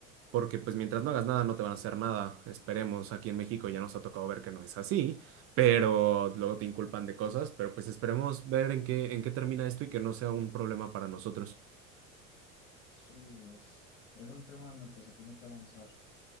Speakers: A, on the right; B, on the left.
A: porque pues mientras no hagas nada no te van a hacer nada, esperemos, aquí en México ya nos ha tocado ver que no es así, pero luego te inculpan de cosas, pero pues esperemos ver en qué, en qué termina esto y que no sea un problema para nosotros.
B: Sí, es, es un tema en el que se tiene que avanzar.